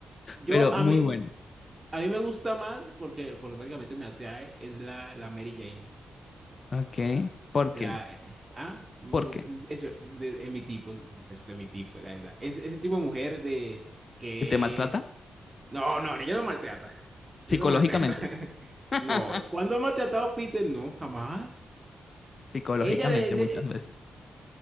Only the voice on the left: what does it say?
pero
muy
bueno.
Ok, ¿por
qué?
¿Por qué?
¿Se te maltrata?
Psicológicamente.
<laughs>
Psicológicamente
muchas veces.